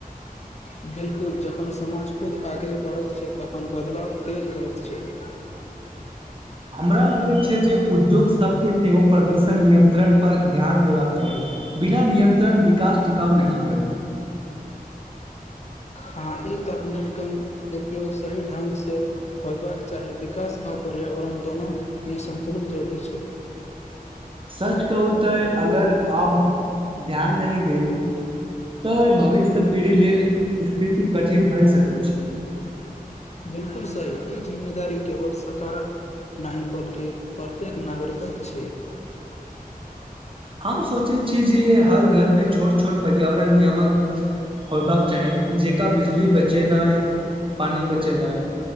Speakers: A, on the left (about 45°); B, on the right (about 35°).
A: बिलकुल जखन समाज खुद आगे बढ़ैत छै तखन बदलाव तेज होइत छै <inaudible>
B: हमरा लगैत छै जे उद्योग सभके सेहो प्रदूषण नियंत्रण पर ध्यान देबाक चाही बिना नियंत्रण विकास टिकाउ नहि होएत
A: हँ ई तकनीक उपयोग सही ढंगसँ होयबाक चाही विकास आ पर्यावरण दोनोमे सन्तुलन जरुरी छै
B: सच कहू तऽ अगर आब ध्यान नहि देल तऽ भविष्य पीढ़ी लेल स्थिति कठिन भए सकैत छै
A: बिलकुल सही ई जिम्मेवारी केवल सरकारक नहि बल्कि प्रत्येक नागरिकक छै
B: हम सोचैत छी जे हर घर मे छोट छोट पर्यावरण नियामक होयबाक चाही जेका बिजली बचेनाइ पानि बचेनाइ